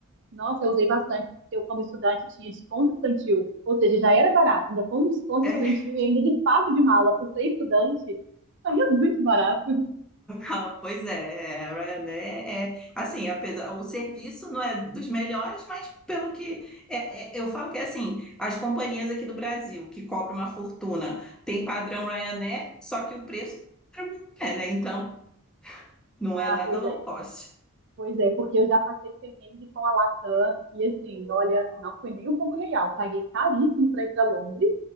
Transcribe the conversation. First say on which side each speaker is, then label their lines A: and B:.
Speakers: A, on the right (about 50°); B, in the centre.
A: Nossa, eu usei bastante, porque eu, como estudante, tinha desconto estudantil. Ou seja, já era barato, ainda com desconto
B: <laughs>
A: estudantil e ainda de fato de mala, por ser estudante, saía muito barato. <laughs>
B: Ah, Pois é, é, a Ryanair é, assim, apesar, o serviço não é dos melhores, mas pelo que é, é, eu falo que é assim, as companhias aqui do Brasil que cobram uma fortuna tem padrão Ryanair, só que o preço é, né? Então não
A: Ah,
B: é nada
A: pois
B: low
A: é.
B: cost.
A: Pois é, porque eu já passei perrengue com a Latam e assim, olha, não foi nem um pouco legal. Paguei caríssimo para ir para Londres